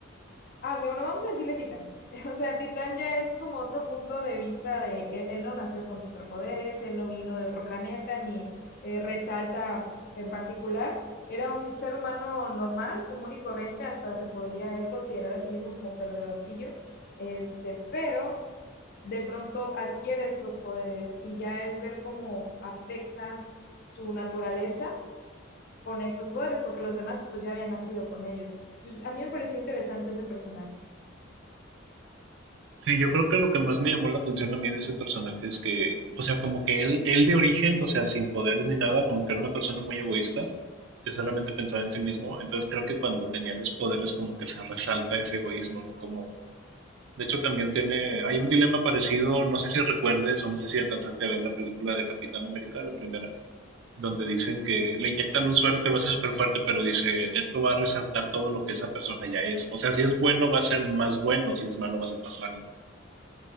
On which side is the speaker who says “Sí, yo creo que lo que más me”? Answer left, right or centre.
Right